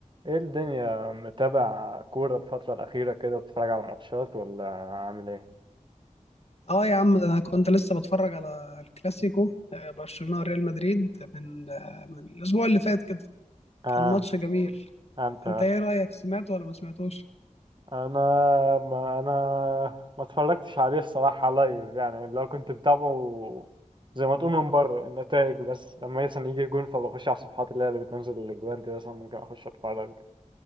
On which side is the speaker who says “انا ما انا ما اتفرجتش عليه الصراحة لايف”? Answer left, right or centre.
Right